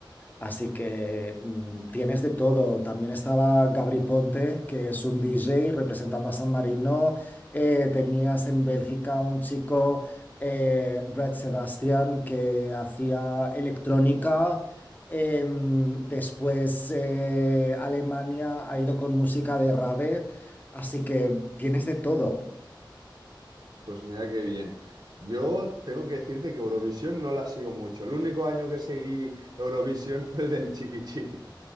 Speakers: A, on the left; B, on the right.
A: Así que mm, tienes de todo. También estaba Gabri Ponte, que es un DJ representando a San Marino. Eh, tenías en Bélgica un chico, eh, Brad Sebastian, que hacía electrónica. Em, después eh, Alemania ha ido con música de rave. Así que tienes de todo.
B: Pues mira qué bien. Yo tengo que decirte que Eurovisión no la sigo mucho. El único año que seguí Eurovisión fue el del Chiqui Chiqui.